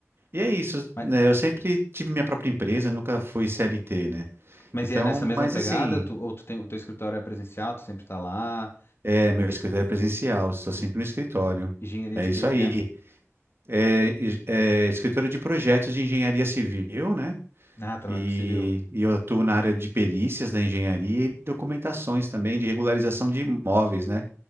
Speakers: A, on the right (about 55°); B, on the left (about 55°).
A: e é isso,
B: Mas,
A: né? Eu sempre tive minha própria empresa, nunca fui CLT, né?
B: mas
A: Então,
B: e é nessa mesma
A: mas
B: pegada?
A: assim,
B: Tu, ou tu tem, o teu escritório é presencial, tu sempre tá lá?
A: é, meu escritório é presencial, estou sempre
B: E-
A: no escritório.
B: Engenharia
A: É
B: de
A: isso
B: quê
A: aí.
B: que é?
A: É, e- é escritório de projetos de engenharia civil, né?
B: Ah, trabalho
A: E,
B: com civil.
A: e eu atuo na área de perícias da engenharia e documentações também de regularização de imóveis, né?